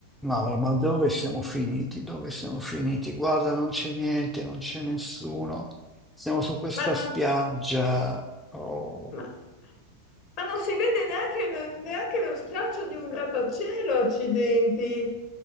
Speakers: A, in the centre; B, on the left.
A: Maura, ma dove siamo finiti? Dove siamo finiti? Guarda, non c'è niente, non c'è nessuno. Siamo su questa
B: Ma non,
A: spiaggia. Oh,
B: ma- ma non si vede neanche, lo- neanche lo straccio di un grattacielo, accidenti.